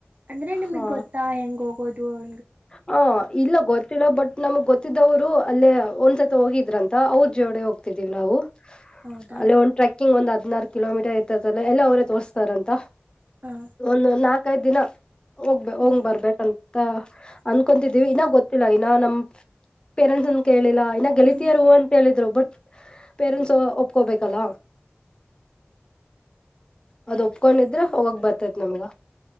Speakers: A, on the right; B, on the left.
A: ಅಂದ್ರೆ ನಿಮಗ್
B: ಹ
A: ಗೊತ್ತಾ ಹೆಂಗ ಹೋಗೋದು ಅವ
B: ಹ ಇಲ್ಲ ಗೊತ್ತಿಲ್ಲ ಬಟ್ ಗೊತ್ತಿದ್ದವ್ರು ಅಲ್ಲೇ ಒಂದ್ಸತ್ ಹೋಗಿದ್ರಂತ ಅವ್ರ ಜೋಡೆ ಹೋಗ್ತಿದೀವಿ ನಾವು
A: ಹೌದಾ
B: ಅಲ್ಲೇ ಒಂದ್ ಟ್ರೆಕ್ಕಿಂಗ್ ಒಂದ್ ಹದ್ನಾರು ಕಿಲೋಮೀಟರ್ ಇರ್ತದಲ್ಲ ಎಲ್ಲ ಅವರೇ ತೋರ್ಸ್ತಾರಂತ
A: ಹ
B: ಒಂದು ನಾಕೈದ್ ದಿನ ಹೋಗ್ಬ ಹಂಗ್
A: ಹ್ಮ್
B: ಬರ್ಬೇಕಂತ ಅನ್ಕೊಂತಿದೀವಿ
A: ಹ್ಮ್
B: ಇನ್ನಾಗ ಗೊತ್ತಿಲ್ಲ ಇನ್ನ ನಮ್ ಪೇರೆಂಟ್ಸ್ ಅನ್ ಕೇಳಿಲ್ಲ ಇನ್ನ ಗೆಲಿತಿಯಾರ
A: ಹ್ಮ್
B: ಅಂತ ಹೇಳಿದ್ರು ಬಟ್ ಪೇರೆಂಟ್ಸ್ ಒಪ್ಕೋಬೇಕಲ್ಲ ಅದ್ ಒಪ್ಕೊಂಡಿದ್ರೆ ಹೋಗಕ್ ಬರ್ತತ್ ನಮ್ಗ